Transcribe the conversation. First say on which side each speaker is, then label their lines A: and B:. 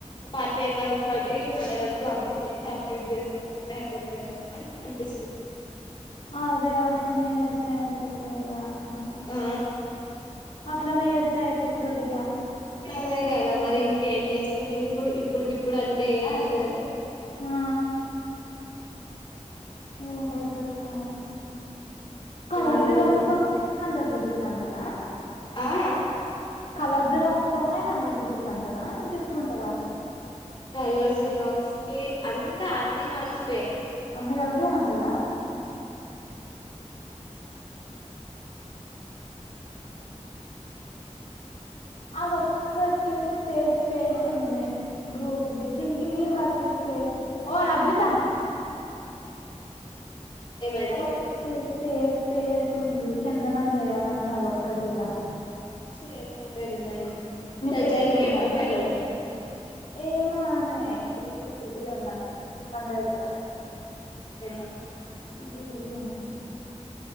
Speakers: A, on the left; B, on the left.
A: పా పేపర్ ఉడిత మల్ల రోజ్ కి సబ్మిట్ చే సబ్మిట్ చేస్తామంటే అయిపోతది కదా అని అనిపిస్తుంది
B: అదే అట్లనే చేస్తాయి ఇప్పుడిగా ఆ
A: ఆ
B: అట్లనే ఎత్తే అయిపోతదిగా
A: <unintelligible> మ ఇంకేం చేస్తారు ఇప్పుడు ఇప్పుడుకి ఎప్పుడు అంతేగా అయితది
B: ఆ ఏడైతుంది కా కలర్
A: అదే
B: జిరాక్స్ తో హండ్రెడ్ రూపీస్ అంటానా
A: ఆ
B: కలర్జ రక్స్ తనే హండ్రెడ్ రూపీస్ అంట నా ఇంకెకువ ఉంటదా
A: కలర్ జిరాక్స్ కి అంత అన్ని కలిపే
B: అన్ని కలిపి హండ్రెడా ఆ అను ఓకటి స్పేస్ స్పేస్ ఉంది గ్రూప్ది సింగలీ వాటికి స్పేస్ ఓ అద్విత
A: ఏం అయింది
B: అదొక్కటి స్పేస్ స్పేస్ ఉంది చందనం చేయమంటారు ఒక్కటిగా
A: ఏ మన పైన మరి తా
B: పేర్లు
A: జల్ది
B: ఉన్నది
A: చెప్పపోయినావ్
B: ఏమో ఆమె బిజీ బిజీ ఉన్నట్టుంది పండుగ కదా
A: ఆ
B: బిజీ బిజీ ఉన్నట్టుంది